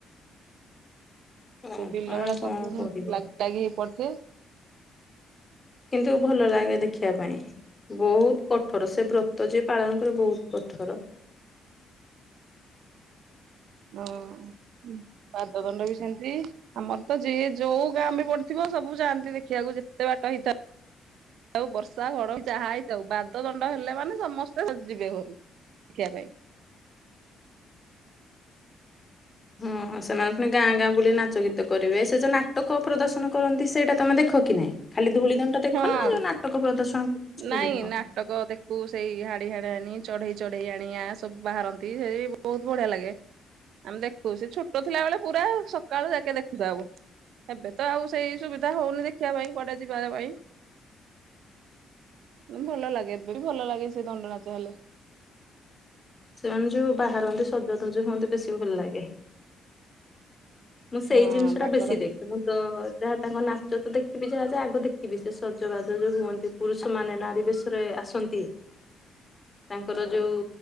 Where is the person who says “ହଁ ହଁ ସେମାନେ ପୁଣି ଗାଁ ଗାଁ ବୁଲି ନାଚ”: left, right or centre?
Left